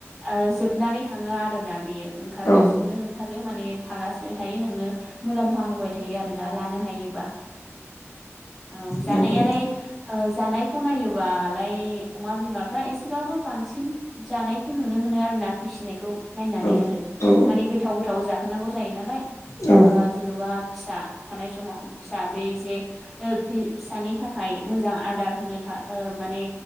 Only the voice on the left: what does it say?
औ
नंगौ
औ
औ
औ औ